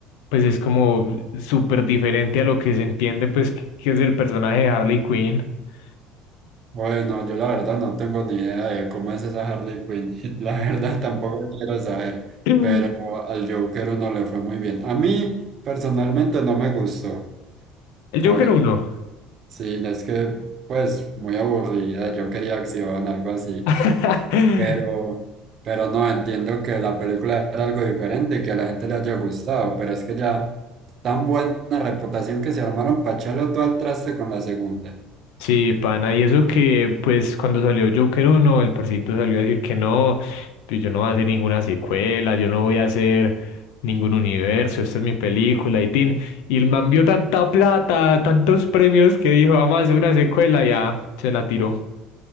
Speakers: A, on the left; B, on the right.
A: pues es como súper diferente a lo que se entiende, pues, que, que es el personaje de Harley Quinn. <clears throat>
B: Bueno, yo la verdad no tengo ni idea de cómo es esa Harley Quinn, <laughs> la verdad tampoco quiero saber,
A: Mm.
B: pero al Joker uno le fue muy bien. A mí personalmente no me gustó.
A: El
B: porque
A: Joker uno
B: Sí, es que, pues, muy aburrida. Yo quería acción, algo así.
A: <laughs>
B: Pero, pero no, entiendo que la película era algo diferente y que a la gente le haya gustado. Pero es que ya, tan buena reputación que se armaron para echarlo todo al traste con la segunda.
A: Sí, pana, y eso que, pues, cuando salió Joker uno el parcito salió a decir que no, pues, yo no voy a hacer ninguna secuela, yo no voy a hacer ningún universo, esta es mi película, y tin. Y el man vio tanta plata, tantos premios, que dijo, vamos a hacer una secuela, y ya, se la tiró.